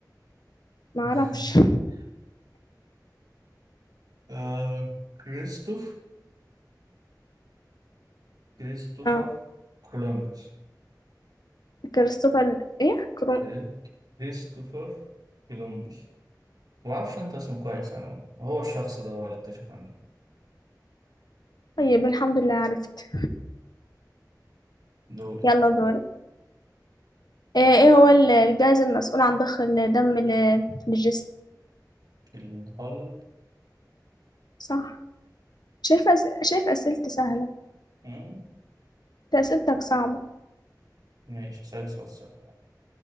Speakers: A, on the left; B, on the right.
A: ما اعرفش
B: <laughs> آه... كريستوف كريستوفر
A: اه
B: كولومبوس
A: كريستوفر ايه كرو
B: كري- كريستوفر كولومبوس ما أعرفش أنت اسمه كويس أنا هو الشخص ده هو اللي اكتشف أمريكا
A: طيب الحمد لله عرفت
B: دول
A: يلا دور آه، ايه هو ال- الجهاز المسؤول عن ضخ الدم ل- للجسم
B: القلب
A: صح شايف أس... شايف أسئلتي سهلة
B: مم.
A: انت أسئلتك صعبة
B: ماشي هسألك سؤال سهل